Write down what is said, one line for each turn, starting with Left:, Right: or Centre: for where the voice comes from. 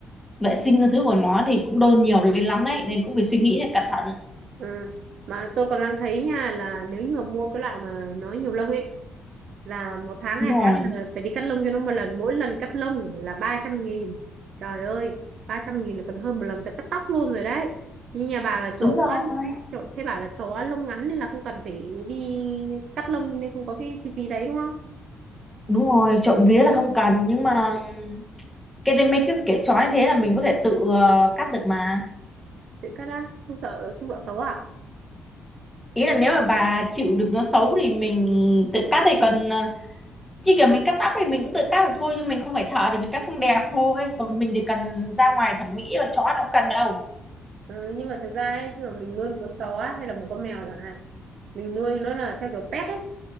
Centre: vệ sinh các thứ của nó thì cũng đôn nhiều lên lắm đấy nên cũng phải suy nghĩ thật cẩn thận
Right: Ừ. Mà tôi còn đang thấy nha là nếu như mà mua cái loại mà nó nhiều lông ấy là một tháng
Centre: đúng
Right: hai tháng
Centre: rồi
Right: là phải đi cắt lông cho nó một lần mỗi lần cắt lông là ba trăm nghìn trời ơi ba trăm nghìn là còn hơn một lần tôi cắt tóc luôn rồi đấy như nhà bà là chó
Centre: đúng rồi
Right: chó thế bảo là chó lông ngắn nên là không cần phải đi cắt lông nên không có cái chi phí đấy đúng không
Centre: đúng rồi trộm vía là không cần nhưng mà ừm, cái đấy mấy cái kiểu chó như thế là mình có thể tự ờ, cắt được mà
Right: tự cắt ra không sợ không sợ xấu à
Centre: ý là nếu mà bà chịu được nó xấu thì mình tự cắt thì còn ờ, như kiểu mình cắt tóc thì mình cũng tự cắt được thôi nhưng mình không phải thợ thì mình cắt không đẹp thôi còn mình thì cần ra ngoài thẩm mỹ còn chói nó cũng cần đâu
Right: Ừ, nhưng mà thực ra ấy, khi mà mình nuôi một con chó hay là một con mèo chẳng hạn mình nuôi nó là theo kiểu pet ấy